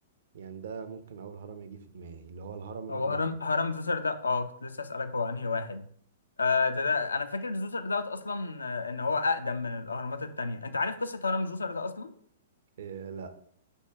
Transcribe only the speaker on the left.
هو هرم هرم زوسر ده اه كنت لسه اسالك هو انهي واحد آه ده, ده انا فاكر زوسر دوت اصلا آه، ان هو اقدم من الاهرامات التانية انت عارف قصه هرم زوسر ده اصلا